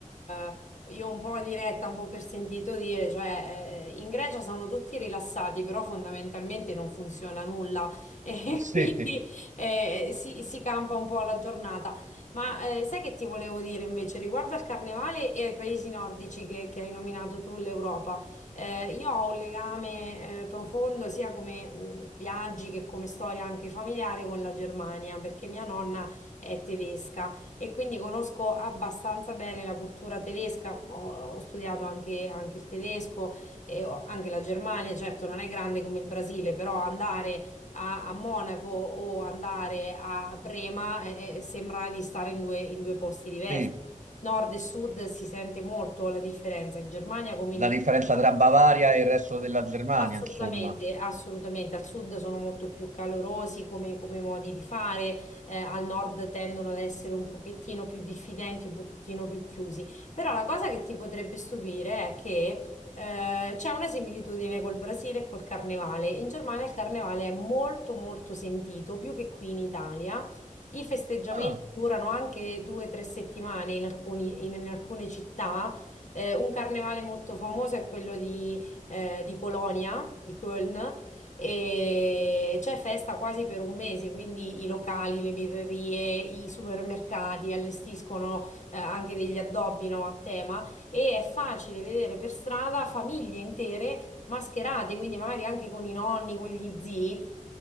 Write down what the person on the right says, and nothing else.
sì,
sì,
la differenza tra Bavaria e il resto della Germania,
insomma.
Ah,